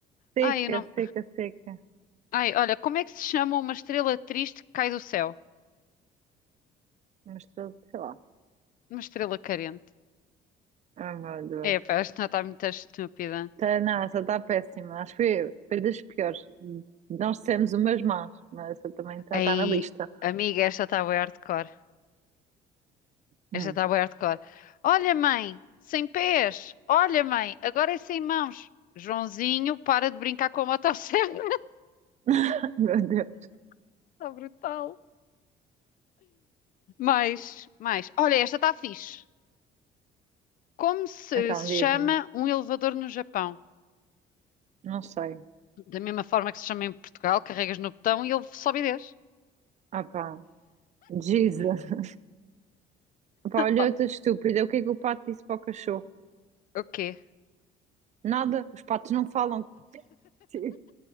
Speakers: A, on the right; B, on the left.
A: Seca,
B: Ai, eu não...
A: seca, seca.
B: Ai, olha, como é que se chama uma estrela triste que cai do céu?
A: Mostrou, sei lá.
B: Uma estrela carente.
A: Ah, meu Deus.
B: Epá, esta está muito estúpida.
A: Tá, não, essa está péssima. Acho que foi, foi das piores. Nós dissemos umas más, mas essa também está
B: Aí,
A: tá na lista.
B: amiga, esta está bué hardcore. Esta
A: Hum.
B: está bué hardcore. Olha, mãe, sem pés. Olha, mãe, agora é sem mãos. Joãozinho, para de brincar com a motosserra.
A: <laughs> Meu Deus.
B: <laughs> Está brutal. Mais, mais. Olha, esta está fixe. Como se,
A: Então,
B: se chama
A: diz-me.
B: um elevador no Japão?
A: Não sei.
B: Da mesma forma que se chama em Portugal, carregas no botão e ele sobe e desce.
A: Ah, pá. Jesus. Pá, olha
B: Oh,
A: outra estúpida. O que é que o pato disse para o cachorro?
B: o quê?
A: Nada. Os patos não falam. <laughs>